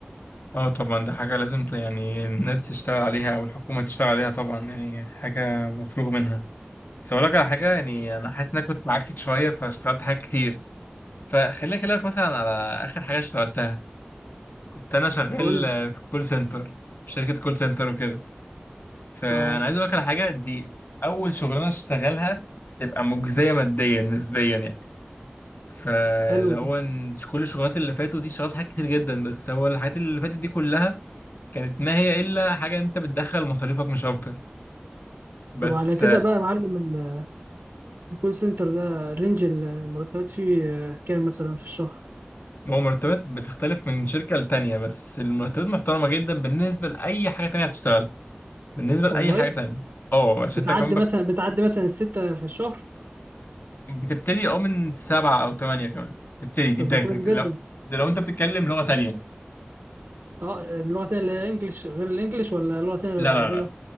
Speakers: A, on the left; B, on the right.
A: اه طبعا دي حاجه لازم ت- يعني الناس تشتغل عليها او الحكومه تشتغل عليها طبعا يعني حاجه مفروغ منها بس اقول لك على حاجه يعني انا حاسس انك كنت عكسك شويه فاشتغلت حاجات كتير فخليني اكلمك مثلا على اخر حاجه اشتغلتها كنت انا شغال
B: قول
A: آه، في كول سنتر شركه كول سنتر وكده فانا
B: اه
A: عايز اقول لك على حاجه دي اول شغلانه اشتغلها تبقى مجزيه ماديا نسبيا يعني فاللي
B: حلو
A: هو
B: ده
A: إن كل الشغلات اللي فاتوا دي اشتغلت حاجات كتير جدا بس هو الحاجات اللي فاتت دي كلها كانت ما هي الا حاجه انت بتدخل مصاريفك مش اكتر بس
B: طب على كده
A: آه،
B: بقى يا معلم ال- الكول سنتر ده رينج المرتبات فيه آه، كام مثلا في الشهر
A: هو مرتبات بتختلف من شركه لتانيه بس المرتبات محترمه جدا بالنسبه لاي حاجه تانيه هتشتغلها بالنسبه لاي
B: والله
A: حاجه تانيه اه عشان
B: بتعدي
A: انت كمان بك-
B: مثلا بتعدي مثلا الستة في الشهر
A: بتبتدي اه من سبعه او ثمانيه كمان بتبتدي دي
B: طب
A: بدايتك
B: ده كويس جدا
A: لو لو انت بتتكلم لغه تانيه
B: اه اللغة تانية اللي هي انجلش غير الانجليش ولا لغة تانية غير
A: لا
B: العربية
A: لا لا